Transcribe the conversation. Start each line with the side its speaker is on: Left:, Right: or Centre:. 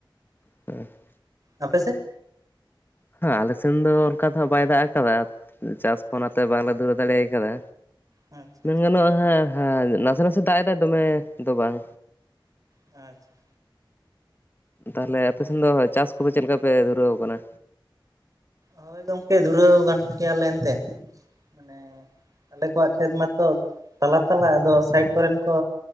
Left: <unintelligible>
Right: ᱟᱯᱮ ᱥᱮᱫ?
Left: ᱦᱟᱸ ᱟᱞᱮ ᱥᱮᱱ ᱫᱚ ᱚᱱᱠᱟ ᱫᱚ ᱦᱟᱸᱜ ᱵᱟᱭ ᱫᱟᱜ ᱟᱠᱟᱫᱟ ᱪᱟᱥ ᱠᱷᱚ
Right: ᱟᱪᱪᱷᱟ
Left: ᱚᱱᱟᱛᱮ ᱵᱟᱝ ᱞᱮ ᱫᱷᱩᱨᱟᱹ ᱫᱟᱲᱮᱭ‌ ᱠᱟᱫᱟ᱾
Right: ᱟᱪᱪᱷᱟ
Left: ᱢᱮᱱ
Right: ᱟᱪᱪᱷᱟ
Left: ᱜᱟᱱᱚᱜ-ᱟ ᱦᱮᱸ ᱦᱮ ᱱᱟᱥᱮ ᱱᱟᱥᱮ ᱫᱟᱜ ᱮᱫᱟᱭ ᱫᱚᱢᱮ ᱫᱚ ᱵᱟᱝ᱾
Right: ᱟᱪᱪᱷᱟ,
Left: ᱛᱟᱦᱚᱞᱮ ᱟᱯᱮ ᱥᱮᱱ ᱫᱚ ᱪᱟᱥ ᱠᱚ ᱫᱚ ᱪᱮᱫ ᱞᱮᱠᱟ ᱯᱮ ᱫᱷᱩᱨᱟᱹᱣ ᱠᱟᱱᱟ?
Right: ᱦᱳᱭ ᱜᱚᱢᱠᱮ ᱫᱷᱩᱨᱟᱹᱣ ᱜᱟᱱ ᱜᱮᱭᱟ ᱞᱮ ᱮᱱᱛᱮ ᱢᱟᱱᱮ ᱦᱮᱸ, ᱟᱞᱮ ᱠᱚᱣᱟᱜ ᱠᱷᱮᱛ ᱢᱟᱛᱚ ᱛᱟᱞᱟ ᱛᱟᱞᱟ ᱟᱫᱚ ᱥᱟᱭᱤᱰ ᱠᱚᱨᱮᱱ ‌ᱠᱚ